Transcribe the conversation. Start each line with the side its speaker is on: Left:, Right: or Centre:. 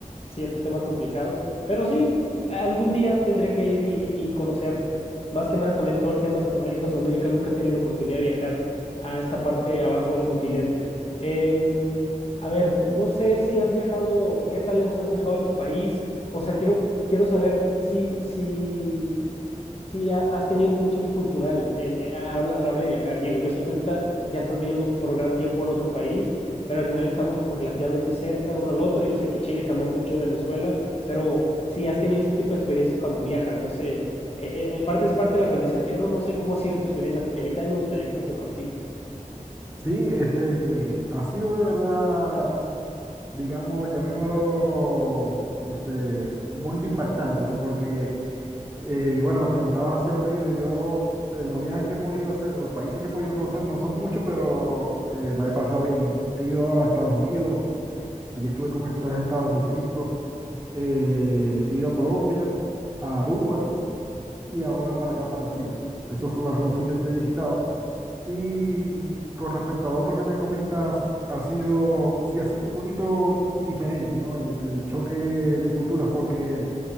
Left: ciertos temas complicados, pero sí, algún día tendré que ir y, y- y conocer más que nada también todo el tema Centroamérica, Sudamérica, nunca he tenido la oportunidad de viajar a esta parte abajo del continente. Eh, a ver, no sé si has viajado, qué tan lejos has viajado de tu país. O sea, quiero, quiero saber si, si, si ha- has tenido como un choque cultural en- en- a, a la hora de viajar. Digo, yo sé que ahorita ya estás viviendo por gran tiempo en otro país, pero al final estamos como relativamente cerca uno al otro. Yo sé que Chile cambia mucho, Venezuela, pero si has tenido ese tipo de experiencias cuando viajas, no sé. eh, eh, eh, parte es parte del aprendizaje, ¿no? No sé cómo ha sido tu experiencia, porque a mí también me gustaría como compartir.
Right: Sí, este, ha sido de verdad, digamos, llamémoslo, este, un poquito impactante, ¿no? Porque, eh, bueno, me preguntabas hacia dónde he ido. Yo, eh, los viajes que he podido hacer, los países que he podido conocer, no son muchos, pero eh, la he pasado bien. He ido a Estados Unidos, allí estuve como en tres estados distintos. Eh, he ido a Colombia, a Aruba y ahora para acá, para Chile. Esos son los, los sitios que yo he visitado. Y mm, con respecto al otro que me comentas, ha sido, sí ha sido un poquito diferente, ¿no? El, el choque de culturas, porque